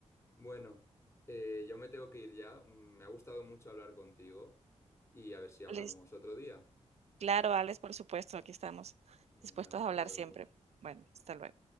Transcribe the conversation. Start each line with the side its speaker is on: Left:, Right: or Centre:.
Left: Bueno, eh, yo me tengo que ir ya. Me ha gustado mucho hablar contigo y a ver si hablamos
Right: Lis
Left: otro día.
Right: claro, Alex, por supuesto, aquí estamos
Left: Venga,
Right: dispuestos
Left: hasta
Right: a hablar
Left: luego.
Right: siempre. Bueno, hasta luego.